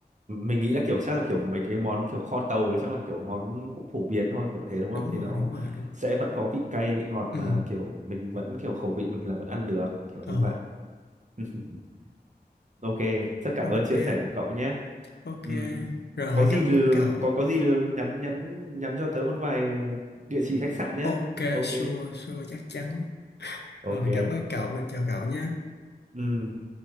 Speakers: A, on the right; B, on the left.
A: mình nghĩ là kiểu chắc là kiểu mấy cái món kiểu kho tàu thì chắc là kiểu món cũng phổ biến thôi kiểu thế đúng
B: đúng
A: không thì
B: rồi
A: nó
B: đúng rồi đúng rồi
A: sẽ vẫn có vị cay vị ngọt
B: ừ
A: mà kiểu mình vẫn kiểu khẩu vị mình là vẫn ăn được kiểu như
B: ờ
A: vậy <laughs> ok rất cảm
B: ok
A: ơn chia sẻ của cậu nhé
B: ok
A: ừ.
B: rồi
A: có gì
B: cảm
A: l-
B: ơn cậu
A: có có gì l- nhắn nhắn nhắn cho tớ một vài địa chỉ khách sạn nhé
B: ok
A: ok
B: sure sure chắc chắn
A: ok
B: rồi cảm ơn cậu mình chào cậu nha
A: ừ